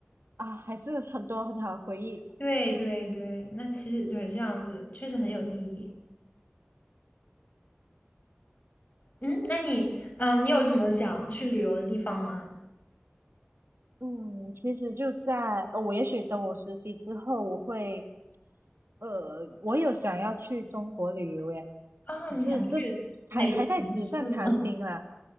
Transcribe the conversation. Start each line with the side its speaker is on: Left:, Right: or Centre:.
Right: 啊，还是很多很好的回忆。
Left: 对对对，那其实对这样子确实很有意义。嗯，那你嗯，你有什么想去旅游的地方吗？
Right: 嗯，其实就在呃，我也许等我实习之后，我会，呃，我有想要去中国旅游耶，
Left: 啊，
Right: 可是这还还在纸上谈兵啦，
Left: 你想去哪个城市呢？